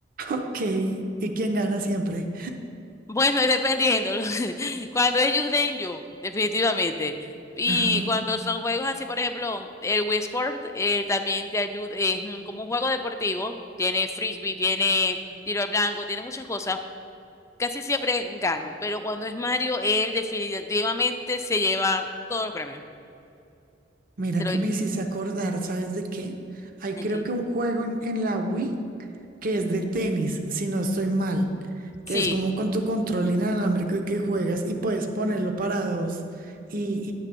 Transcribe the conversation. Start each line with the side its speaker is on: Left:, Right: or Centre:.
Right: Ok, y quien gana siempre.
Left: Bueno, dependiendo. lo- <laughs> Cuando es Just yo, definitivamente. Y
Right: Ajá.
Left: cuando son juegos así, por ejemplo, el Wii Sport eh, también te ayuda, es mm, como un juego deportivo, tiene frisbee, tiene tiro al blanco, tiene muchas cosas. Casi siempre gano, pero cuando es Mario, él definitivamente se lleva todos los premios.
Right: Mira
Left: Se lo...
Right: que
Left: ¿de
Right: me hiciste acordar, ¿sabes de qué? Hay creo
Left: qué?
Right: que un juego en, en la Wii que es de tenis, si no estoy mal,
Left: Sí.
Right: que es como con tu control inalámbrico y que juegas y puedes ponerlo para dos y,